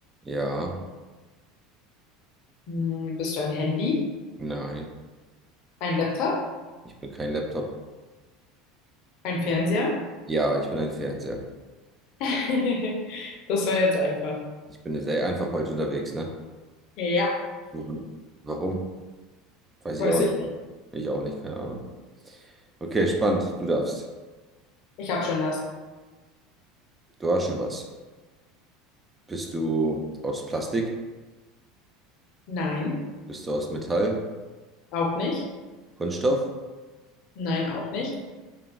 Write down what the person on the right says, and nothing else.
Ja.
Nein,
ich bin kein Laptop.
Ja, ich bin ein Fernseher.
Ich bin sehr einfach heute unterwegs, ne?
Warum? Warum? Weiß
ich auch nicht.
Ich auch nicht, keine Ahnung. Okay, spannend. Du darfst.
Du hast schon was. Bist du aus Plastik?
Bist du aus Metall?
Kunststoff?